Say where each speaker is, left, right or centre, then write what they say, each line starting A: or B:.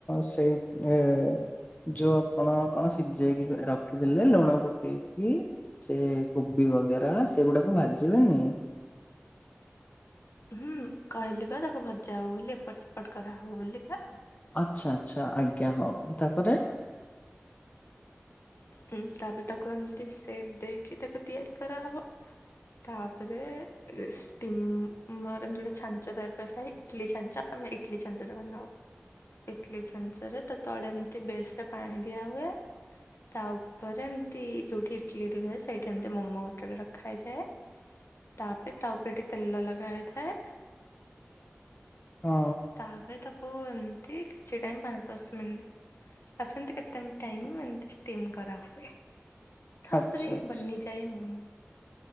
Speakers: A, on the left; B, on the left.
A: ସ ସେଇ ଅ ଯୋଉ ଆପଣ କଣ ସିଝେଇକି ର-ରଖିଥିଲେ ଲୁଣ ପକେଇକି ସେ କୋ କୋବି ବଗେରା ସେଗୁଡାକୁ ଭାଜିବେନି।
B: ହୁଁ କହିଲି ବା ତାକୁ ଭଜା ହବ ବୋଲି ଏପଟ ସେ ଏପଟ କରା ହବ ବୋଲିକା।
A: ଆଚ୍ଛା ଆଚ୍ଛା ଆଜ୍ଞା ହଉ ତାପରେ
B: ହୁଁ ତାପରେ ତାକୁ ଏମତି ସେପ ଦେଇକି ତାକୁ ତିଆରି କରାହବ। ତାପରେ ଷ୍ଟିମର ମିଳେ ଛାଞ୍ଚ ଟାଇପ ଥାଏ ଇଟଲି ଛାଞ୍ଚ। ଆମେ ଇଟଲି ଛାଞ୍ଚରେ ବନାଉ। ଇଟଲି ଛାଞ୍ଚରେ ତା ତଳେ ଏମତି ବେସ ରେ ପାଣି ଦିଆହୁଏ। ତା ଉପରେ ଏମିତି ଯୋଉଠି ଇଟଲି ରୁହେ ସେଇଠି ଏମିତି ମୋମୋ ଗୋଟେ ଗୋଟେ ରଖାଯାଏ। ତାପରେ ତା ଉପରେ ଟିକେ ତେଲ ଲଗା ହେଇଥାଏ।
A: ହଁ
B: ତାପରେ ତାକୁ ଏମତି କିଛି ଟାଇମ୍ ପାଞ୍ଚ ଦଶ ମିନିଟ ଆକୁ ଏମିତି କେତେ ଟାଇମ୍ ଏମିତି ଷ୍ଟିମ୍ କରାହୁଏ। ତାପରେ
A: ଆଚ୍ଛା ଆଚ୍ଛା
B: ବନି ଯାଏ ମୋମୋ।